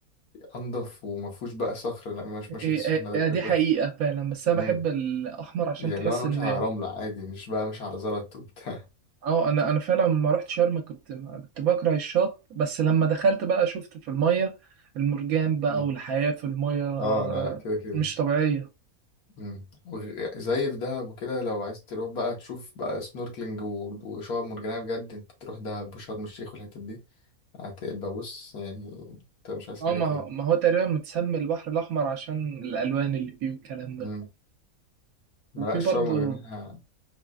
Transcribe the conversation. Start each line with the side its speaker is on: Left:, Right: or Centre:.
Left: انضف وما فيهوش بقى صخر لما مش ماشي
Right: إيه
Left: في السخنه
Right: إيه
Left: ده
Right: إيه دي حقيقة فعلا بس
Left: مم.
Right: انا بحب الاحمر عشان
Left: يعني
Right: تحس
Left: لو انا ماشي
Right: ان
Left: على رملة عادي مش بقى ماشي على زلط وبتاع
Right: اه انا انا فعلا لما رحت شرم كنت كنت بكره الشط بس لما دخلت بقى شفت في الميه المرجان بقى
Left: <laughs> مم.
Right: والحياه في الميه آه،
Left: اه لا لا كده كده
Right: مش طبيعيه
Left: مم. وغ- زي في دهب وكده لو عايز تروح بقى تشوف بقى سنوركلينج و- وشعاب مرجانية بجد انت تروح دهب وشرم الشيخ والحتت دي هتبقى بص يعني انت مش عايز
Right: اه
Left: حاجة
Right: ما
Left: تاني
Right: ما هو تقريبا متسمي البحر الاحمر عشان الالوان اللي فيه والكلام
Left: مم.
Right: ده
Left: ما
Right: وفي
Left: لا الشعاب
Right: برضو
Left: المرجانية